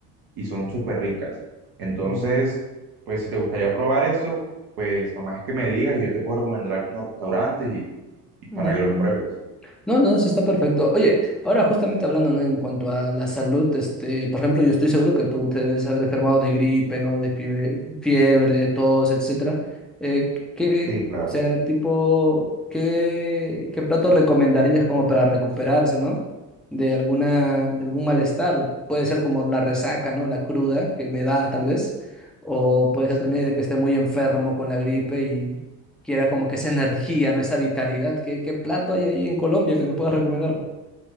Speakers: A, on the right; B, in the centre.
A: y son súper ricas. Entonces,
B: Uy.
A: pues si te gustaría probar eso, pues nomás es que me digas y yo te puedo recomendar algunos restaurantes y, y para
B: Mm.
A: que los pruebes.
B: No, no, sí está perfecto. Oye, ahora justamente hablando, ¿no? En cuanto a la salud, este, por ejemplo, yo estoy seguro que tú te debes haber enfermado de gripe, ¿no? De fiebre, fiebre, tos, etcétera. Eh, ¿qué,
A: Sí, claro.
B: o sea, tipo, qué, qué plato recomendarías como para recuperarse, ¿no? De alguna, de algún malestar. Puede ser como la resaca, ¿no? La cruda que me da tal vez. O puede
A: Sí.
B: ser también de que esté muy enfermo con la gripe y quiera como que esa energía, ¿no? Esa vitalidad. ¿Qué, qué plato hay ahí en Colombia que me puedas recomendar?